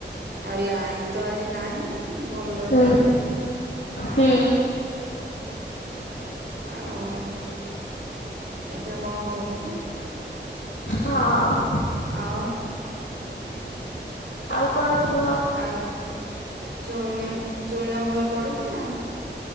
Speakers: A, on the right; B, on the left.
A: ଆଉ ଲାଇନ୍ ତ ଆଜି ନାହିଁ ଭଲ ଲାଗୁନି।
B: ହୁଁ ହୁଁ।
A: ଆଉ ଦେଖିବା କଣ ହଉଛି।
B: ହଁ।
A: ଆଉ
B: ଆଉ କଣ କୁହ।
A: ଆଉ ଚୁଇଁ ଚୁଇନ ଭଲ ପଢୁଚି ନା।